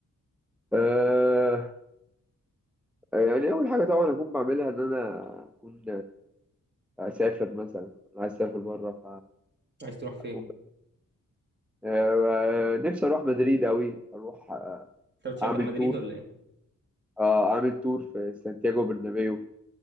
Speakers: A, in the centre; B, on the right.
A: اه يعني أول حاجة طبعا أكون بعملها إن أنا أكون أسافر مثلا أنا عايز أسافر بره
B: عايز تروح فين
A: فأكون آه، نفسي أروح مدريد أوي أروح
B: انت بتشجع
A: أعمل
B: مدريد
A: تور
B: ولا ايه
A: آه أعمل تور في سانتياغو برنابيو